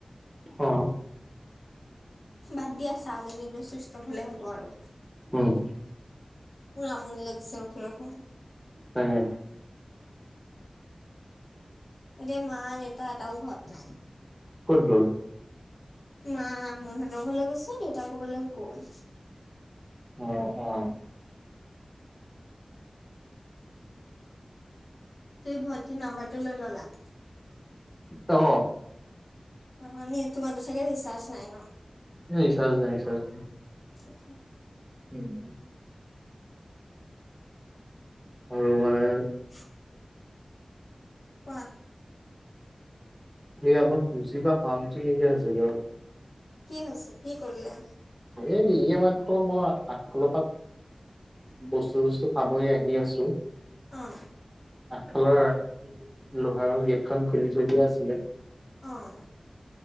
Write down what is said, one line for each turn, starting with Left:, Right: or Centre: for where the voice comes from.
Centre: অ
Left: বাদ দিয়া চাৰ্জ আহি গৈ চুইছ অফ হলে হ'ব আৰু।
Centre: উম।
Left: পুৰা আমনি লাগিছে ৰখি ৰখি।
Centre: তাকে।
Left: এতিয়া মা দেতা এটাও ঘৰত নাই।
Centre: ক'ত গল?
Left: মা মুহেতৰ ঘৰলৈ গৈছে, দেতা কবালৈ গ'ল।
Centre: অ অ।
Left: তুমি ভন্টিৰ নাম্বাৰ টো লৈ ললা?
Centre: অ।
Left: অ এনেই তোমাৰ তো চাগে ৰিচাৰ্জ নাই ন?
Centre: এ ৰিচাৰ্জ নাই ৰিচাৰ্জ নাই।
Left: <inaudible>
Centre: <inaudible> আৰু মানে
Left: <unintelligible> কোৱা?
Centre: এই আমাৰ খুচি পা শান্তি নাইকিয়া হৈছেগে আওঁ।
Left: কি হৈছে, কি কৰিলে?
Centre: এই ইয়ে মাত্ৰ মই আগফালৰ পা বস্তু বস্তু সামৰি আহি আছো।
Left: অহ।
Centre: আগফালৰ লোহাৰৰ গেট খন খুলি থৈ দিয়া আছিলে।
Left: অহ।